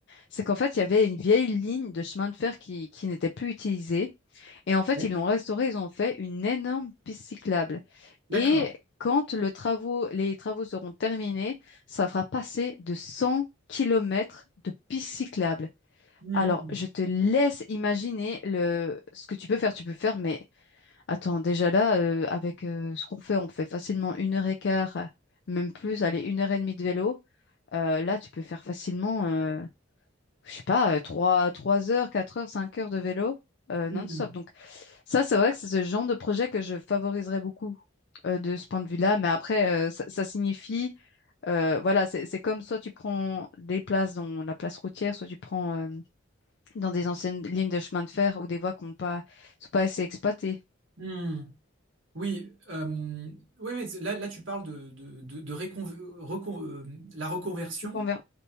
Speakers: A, on the left (about 55°); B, on the right (about 70°).
A: C'est qu'en fait, il y avait une vieille ligne de chemin de fer qui, qui n'était plus utilisée. Et en fait,
B: Ouais.
A: ils l'ont restaurée, ils ont fait une énorme piste cyclable.
B: D'accord.
A: Et quand le travaux, les travaux seront terminés, ça fera passer de 100 kilomètres de piste cyclable.
B: Mm.
A: Alors, je te laisse imaginer le, ce que tu peux faire. Tu peux faire, mais Attends, déjà là, euh, avec euh, ce qu'on fait, on fait facilement une heure et quart, euh, même plus, allez, une heure et demie de vélo. Euh, là, tu peux faire facilement, euh, je sais pas, euh, trois, trois heures, quatre heures, cinq heures de vélo euh, non-stop.
B: Mm.
A: Donc ça, c'est vrai que c'est ce genre de projet que je favoriserais beaucoup euh, de ce point de vue-là. Mais après, euh, ça, ça signifie, euh, voilà, c'est c'est comme soit tu prends des places dans la place routière, soit tu prends euh, dans des anciennes lignes de chemin de fer ou des voies qui n'ont pas, sont pas assez exploitées.
B: Mm. Oui, euh, ouais, ouais, là, là tu parles de, de, de, de récon- recon- euh, la reconversion.
A: Donc on verra.